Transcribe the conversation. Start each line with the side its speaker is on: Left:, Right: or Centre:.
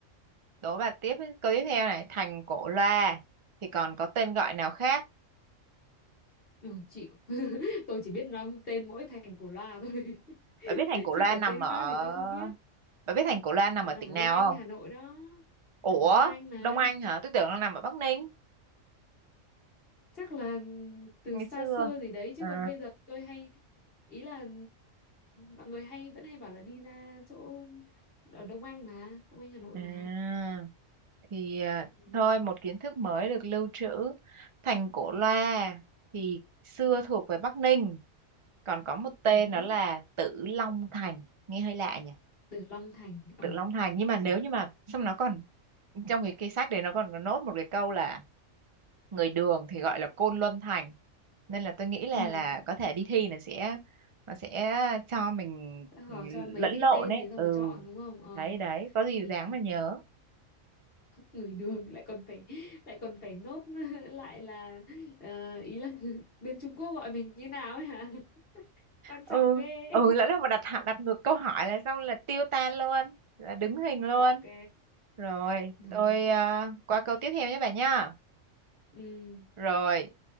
Right: đố bà tiếp câu tiếp theo này thành Cổ Loa thì còn có tên gọi nào khác
Left: Ừ, chịu. <laughs> Tôi chỉ biết năm tên mỗi thành của loa thôi. <laughs>
Right: bà biết thành Cổ
Left: Chứ
Right: Loa
Left: còn
Right: nằm
Left: tên
Right: ở
Left: khác thì tôi không biết.
Right: bà biết thành Cổ Loa nằm
Left: Đã
Right: ở
Left: nằm
Right: tỉnh
Left: ở
Right: nào
Left: Đông Anh,
Right: không
Left: Hà Nội đó.
Right: ủa
Left: Nằm ở Đông Anh mà.
Right: Đông Anh hả tôi tưởng nó nằm ở Bắc Ninh
Left: Chắc là từ
Right: ngày
Left: xa
Right: xưa
Left: xưa gì đấy chứ
Right: à
Left: còn bây giờ tôi hay ý là mọi người hay vẫn hay bảo là đi ra chỗ ở Đông Anh mà, Đông Anh Hà Nội
Right: À,
Left: mà.
Right: thì à,
Left: Ừ.
Right: thôi một kiến thức mới được lưu trữ. Thành Cổ Loa thì xưa thuộc về Bắc Ninh, còn có một tên
Left: Ừ.
Right: đó là Tử Long Thành, nghe hơi lạ nhỉ?
Left: Từ Long Thành. Ồ,
Right: Tử Long Thành nhưng mà nếu
Left: trời.
Right: như mà xong nó còn trong cái cái sách đấy nó còn có nốt một cái câu là người Đường thì gọi là Côn Luân Thành. Nên là tôi nghĩ là
Left: Ừ.
Right: là có thể đi thi là sẽ nó sẽ cho mình
Left: Sẽ hỏi
Right: ừ,
Left: cho mấy
Right: lẫn
Left: cái
Right: lộn
Left: tên
Right: ấy.
Left: thì xong
Right: Ừ,
Left: rồi chọn đúng không? Ờ
Right: đấy đấy, có gì
Left: thì
Right: dáng mà nhớ.
Left: người đường lại còn phải lại còn phải nốt <laughs> lại là ờ, ý là <laughs> bên Trung Quốc gọi mình như nào ấy hả <laughs> quan
Right: ừ
Left: trọng ghê
Right: ừ lỡ đâu mà đặt hạ- đặt ngược câu hỏi là xong là tiêu tan luôn là đứng hình luôn
Left: <laughs> ok
Right: rồi
Left: rồi
Right: tôi à, qua câu tiếp theo nhé bà nha
Left: ừ
Right: rồi